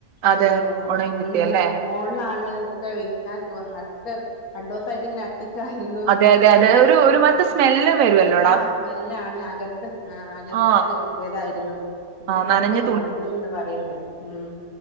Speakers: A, on the right (about 70°); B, on the left (about 80°).
A: അതെ
B: പിന്നെ മോ
A: ഉണങ്ങി കിട്ടി
B: മോളിലി,
A: അല്ലേ
B: മോളിലാണ്. ഒക്കെ വിരിക്കാനിട്ട് പൊന്ന് ക്കെ രണ്ടുസായിട്ട് ഇങ്ങനെ അട്ടിക്കായിര്ന്നു
A: അതെ അതെ
B: ഫുൾ
A: അതെ ഒരു ഒരുമാതിരത്തെ
B: ആ.
A: സ്മെല്ലും വര് വല്ലോ.
B: ആഹ് സ്മെല്ലാണ് അകത്ത് ആഹ് അകത്തയര്
A: ആ
B: കെട്ടിയതായിര്ന്നു. ഇന്നിപ്പൊക്കൊഒന്ന്
A: ആ നനഞ്ഞ
B: ഒണങ്ങിന്ന് പറയ്ണ്ട് ഉം.